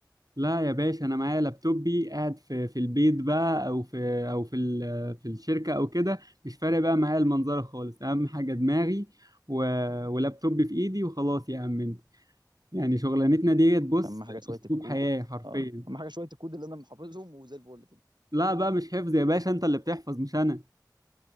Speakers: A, on the right; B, on the right.
A: لا يا باشا انا معايا لابتوبي قاعد في في البيت بقى او في او في ال- في الشركه او كده مش فارق بقى معايا المنظره خالص اهم حاجه دماغي و... ولابتوبي في ايدي وخلاص يا عم انت يعني شغلانتنا ديت بص
B: اهم حاجه شويه
A: اسلوب
B: الكود
A: حياه حرفيا
B: اه اهم حاجه شويه الكود اللي انا محافظهم وزي الفل كده
A: لا بقى مش حفظ يا باشا انت اللي بتحفظ مش انا